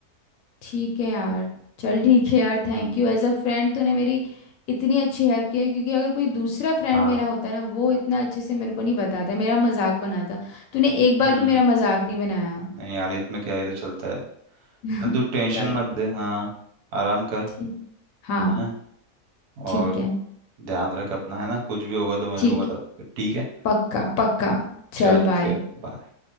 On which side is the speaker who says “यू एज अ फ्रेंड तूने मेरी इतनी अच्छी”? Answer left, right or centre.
Left